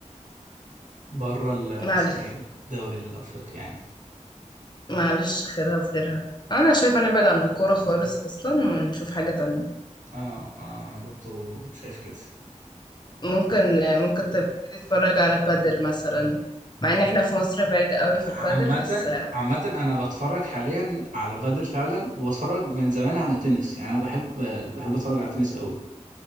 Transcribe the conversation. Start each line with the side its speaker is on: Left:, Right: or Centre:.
Right: بره ال
Left: معلش
Right: اسمه إيه الدوري الأفريقي يعني
Left: معلش خيرها في غيرها انا شايفه نبعد عن الكوره خالص اصلا ونشوف حاجه تانية
Right: اه اه انا برضو شايف كده
Left: ممكن ممكن تبتدي تتفرج على بادل مثلا مع ان احنا في مصر بعيد قوي في البادل
Right: عامةً
Left: بس آه،
Right: عامةً أنا باتفرج حاليًا على بادل فعلًا وباتفرج من زمان على تنس يعني أنا بحب بحب أتفرج على تنس قوي